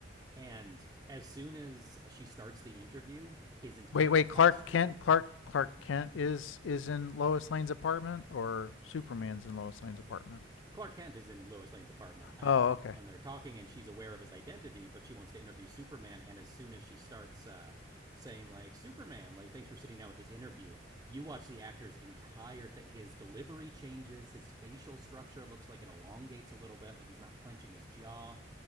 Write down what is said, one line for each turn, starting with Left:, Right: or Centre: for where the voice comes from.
Right: And as soon as she starts the interview, his entire
Left: Wait, wait,
Right: posture,
Left: Clark Kent, Clark Clark Kent is is in Lois Lane's apartment or Superman's in Lois Lane's apartment?
Right: Clark Kent is in Lois Lane's apartment, um,
Left: Oh, okay.
Right: and they're talking, and she's aware of his identity, but she wants to interview Superman. And as soon as she starts uh, saying like Superman, like thanks for sitting down with this interview, you watch the actor's entire thing. His delivery changes, his facial structure looks like it elongates a little bit, like he's not clenching his jaw,